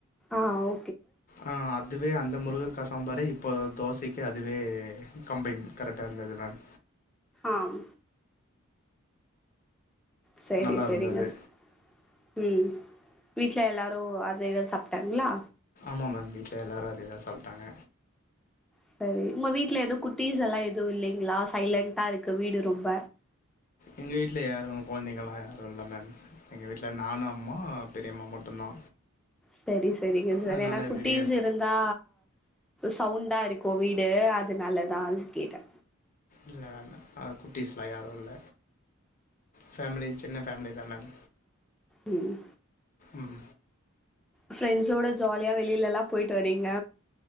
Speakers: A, in the centre; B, on the left.
A: ஆ ஓ
B: ஆ அதுவே அந்த முருங்க க்கா சாம்பாரே இப்போ தோசைக்கு அதுவே கம்பைன் கரெட்டா இருந்தது மேம்
A: ஆம் செரி
B: நல்லா
A: செரிங்க
B: இருந்தது
A: சா ம் வீட்ல எல்லாரு அதேதா சாப்ட்டாங்ளா
B: ஆமா மேம் வீட்ல எல்லாரு அதேதா சாப்ட்டாங்க
A: செரி உங்க வீட்ல எது குட்டிஸ் எல்லா எதுவு இல்லெங்களா சைலன்டா இருக்கு வீடு ரொம்ப
B: எங்க வீட்ல யாரு கொழந்தைங்களா யாரு இல்ல மேம் எங்க வீட்ல நானு அம்மா பெரியம்மா மட்டுந்தா
A: செரி செரிங்க செர்
B: அதனால
A: எனா குட்டீஸ்
B: வெளிய
A: இருந்தா சவுண்டா இருக்கு வீடு அதுனலதா கேட்டே
B: இல்ல மேம் குட்டிஸ்லா யாரு இல்ல ஃபேமிலி சின்ன ஃபேமிலி தா மேம்
A: ம்
B: ம்
A: ஃப்ரெண்ட்ஸோட ஜாலியா வெளிலெல்லா போயிட்டு வறீங்க